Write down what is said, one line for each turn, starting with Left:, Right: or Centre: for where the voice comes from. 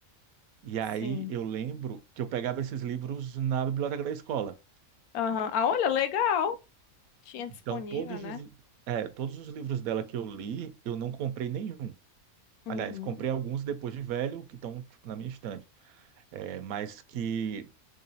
Right: E
Left: sim.
Right: aí eu lembro que eu pegava esses livros na biblioteca da escola.
Left: Aham. Ah, olha, legal. Tinha disponível,
Right: Então, todos
Left: né?
Right: os, é, todos os livros dela que eu li, eu não comprei nenhum.
Left: Uhum.
Right: Aliás, comprei alguns depois de velho, que estão, tipo, na minha estante. É, mas que